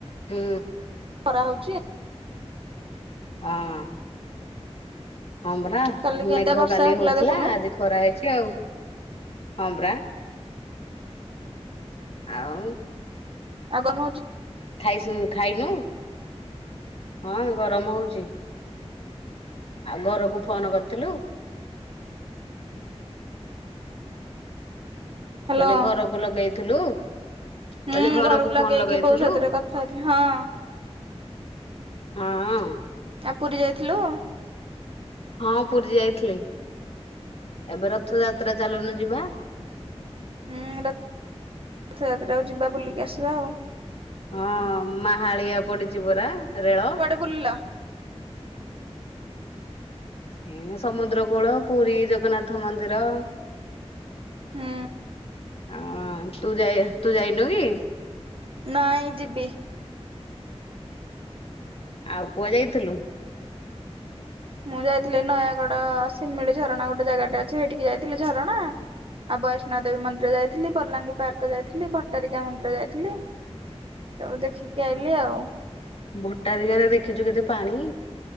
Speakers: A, on the left; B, on the right.
A: ହୁଁ।
B: ଖରା ହଉଚି।
A: ହଁ। ହଁ ପରା
B: କାଲି କେମିତିଆ
A: ମେଘ
B: ବର୍ଷା
A: କାଲି ହଉଥିଲା,
B: ଦେଖୁନୁ
A: ଆଜି ଖରା ହେଇଚି ଆଉ ହଁ ପରା। ଆଉ।
B: ଆଉ ଗମ୍ ହଉଚି
A: ଖାଇସୁ ଖାଇନୁ, ହଁ ଗରମ ହଉଚି। ଆଉ ଘରକୁ ଫୋନ୍ କରିଥିଲୁ?
B: ହ୍ୟାଲୋ
A: କହିଲି ଘରକୁ ଲଗେଇଥିଲୁ? କହିଲି
B: ହୁଁ
A: ଘରକୁ ଫୋନ୍
B: ଲଗେଇକି
A: ଲଗେଇ
B: ବୋଉ
A: ଥିଲୁ?
B: ସାଥିରେ କଥା ହେଇଥିଲି ହଁ।
A: ହଁ।
B: ଆ ପୁରୀ ଯାଇଥିଲୁ?
A: ହଁ ପୁରୀ ଯାଇଥିଲି ଏବେ ରଥଯାତ୍ରା ଚାଲୁନୁ ଯିବା।
B: ହୁଁ ରଥଯାତ୍ରାକୁ ଯିବା ବୁଲିକି ଆସିବା ଆଉ।
A: ହଁ ମାହାଳିଆ ପଡ଼ିଚି ପରା ରେଳ।
B: ପୂର୍ଲ ହୁଁ।
A: ମୁଁ ସମୁଦ୍ର କୂଳ, ପୁରୀ ଜଗନ୍ନାଥ ମନ୍ଦିର
B: ହୁଁ।
A: ଅଁ ତୁ ଯାଇ ତୁ ଯାଇନୁ କି?
B: ନାଇଁ ଯିବି।
A: ଆଉ କୁଆ ଯାଇଥିଲୁ?
B: ମୁଁ ଯାଇଥିଲି ନୟାଗଡ଼ ସିମିଳି ଝରଣା ଗୋଟେ ଜାଗାଟେ ଅଛି ହେଇଠିକି ଯାଇଥିଲି ଝରଣା। ଆଉ ବୈଷ୍ଣ ଦେବୀ ମନ୍ଦିର ଯାଇଥିଲି, ବଲାଙ୍ଗୀ ପାର୍କ ଯାଇଥିଲି, ଭଟ୍ଟାରିକା ମନ୍ଦିର ଯାଇଥିଲି। ସବୁ ଦେଖିକି ଆଇଲି ଆଉ।
A: ଭଟ୍ଟାରିକାରେ ଦେଖିଚୁ କେତେ ପାଣି?